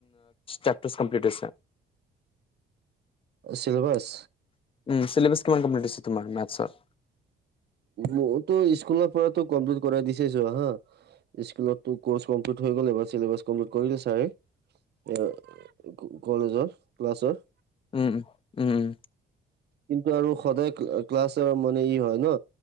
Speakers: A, on the left; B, on the right.
A: চেপাৰ কমপ্লিট
B: চিলবছ,
A: উম চিলেবা কিমান কমপ্লিট হৈছে তোমাৰ মেথছৰ
B: মোৰতো স্কুলৰ পৰাতো কমপ্লিট কৰাই দিছেছো হা স্কুলতো কৰ্চ কমপ্লিট হৈ গলে বা চবাছ কমপ্লিট কৰিলে চাৰে এ কলেজৰ ক্লাছৰ
A: উম উম উম
B: কিন্তু আৰু সদায় ক্লাছৰ মানে ই হয় ন